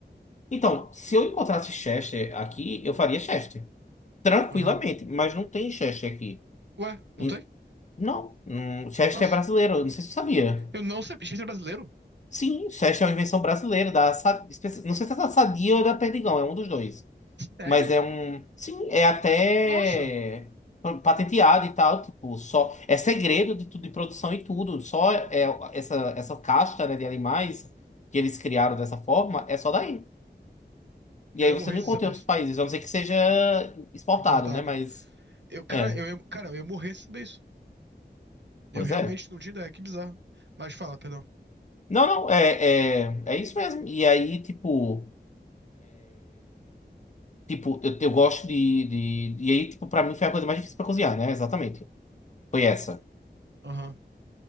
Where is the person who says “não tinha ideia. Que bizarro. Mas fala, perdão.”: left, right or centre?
Right